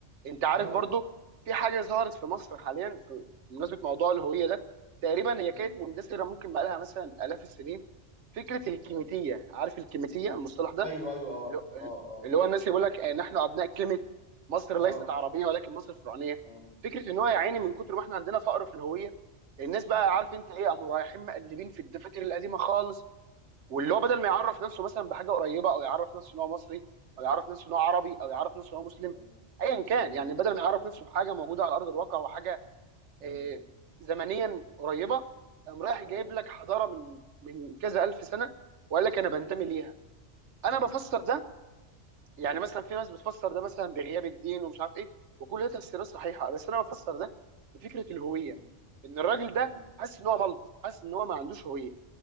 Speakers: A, on the right; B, in the centre.
A: انت عارف
B: لا لا
A: برضو في حاجه ظهرت في مصر حاليا في- بمناسبه موضوع الهويه ده تقريبا هي
B: مم.
A: كانت مندثره ممكن بقى لها مثلا الاف السنين فكره الكيميتيه
B: آه.
A: عارف الكيميتيه المصطلح ده
B: ايوه ايوه اه
A: اللي هو
B: اه
A: اللي هو الناس اللي بيقول لك آه، نحن ابناء كلمه مصر
B: اه
A: ليست عربيه ولكن مصر فرعونيه
B: اه
A: فكره ان هو يا
B: اه
A: عيني من كتر ما احنا عندنا فقر في الهويه الناس بقى
B: اه
A: عارف انت ايه قاموا رايحين مقلبين في الدفاتر القديمه خالص واللي
B: اه اه
A: هو بدل ما يعرف نفسه مثلا بحاجه قريبه او يعرف نفسه ان هو مصري او يعرف نفسه ان هو عربي او يعرف نفسه ان هو مسلم
B: اه
A: ايا كان
B: اه
A: يعني بدل ما يعرف نفسه بحاجه موجوده على ارض الواقع وحاجه
B: اه
A: آه، زمنيا قريبه قام رايح
B: اه
A: جايب لك حضاره من من كذا الف سنه وقال لك انا بنتمي ليها انا
B: اه
A: بفسر ده يعني مثلا في ناس بتفسر ده مثلا بغياب الدين ومش عارف ايه وكل ده تفسيرات صحيحه بس انا بفسر ده بفكره الهويه
B: اه
A: ان الراجل ده
B: اه
A: حاسس ان هو ملط حاسس ان هو ما عندوش هويه